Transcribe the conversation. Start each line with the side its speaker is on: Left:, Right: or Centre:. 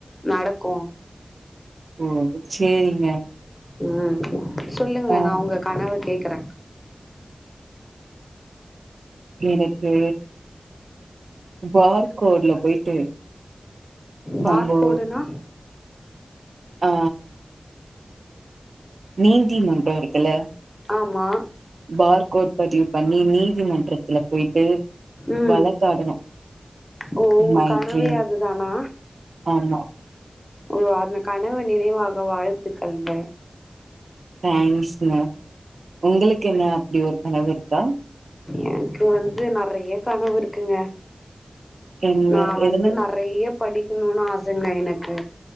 Left: நடக்கு
Right: ஓ சேரிங்க
Left: ம் சொல்லுங்க
Right: ஆ
Left: நா உங்க கனவ கேக்கற
Right: எனக்கு வார்கோட்ல போயிட்டு
Left: பார்க்கோடுனா
Right: நம்போ ஆ நீதி மன்றோ இருக்குல
Left: ஆமா
Right: பார்கோட் பதிவு பண்ணி நீதிமன்றத்துல போயிட்டு
Left: ம்
Right: வழக்காடணு
Left: ஓ உங்க
Right: மை
Left: கனவே
Right: ட்ரீம்
Left: அதுதானா
Right: ஆமா
Left: ஓ அந்த கனவு நினைவாக வாழ்த்துக்கள்ங்க
Right: தேங்க்ஸ்ங்க உங்களுக்கு என்ன அப்டி ஒரு கனவு இருக்கா
Left: எனக்கு வந்து நெறைய கனவு இருக்குங்க
Right: என்ன
Left: நான் வந்து
Right: எதுனா
Left: நெறைய படிக்கணுனு ஆசங்க எனக்கு